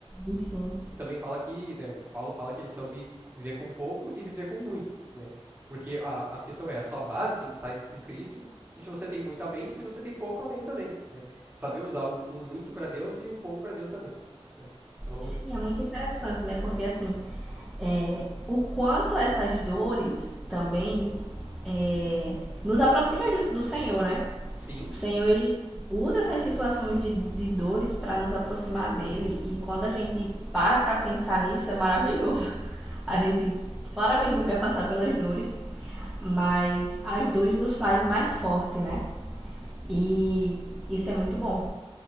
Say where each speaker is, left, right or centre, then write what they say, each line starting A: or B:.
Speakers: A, in the centre; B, on the right.
A: E sim.
B: E também fala que, né, Paulo fala que ele soube viver com pouco e viver com muito, né? Porque a, a questão é, a sua base tem que estar em Cristo, e se você tem muito, amém, se você tem pouco, amém também, né? Saber usar o, o muito para Deus e o pouco para Deus também, né? Então,
A: Sim, é muito interessante, né? Porque assim, é, o quanto essas dores também é, nos aproxima do, do Senhor, né?
B: sim,
A: O Senhor, ele usa essas situações de, de dores para nos aproximar dele. E quando a gente para para pensar nisso, é maravilhoso. A gente claramente não quer passar pelas dores, mas as dores nos faz mais forte, né? E isso é muito bom.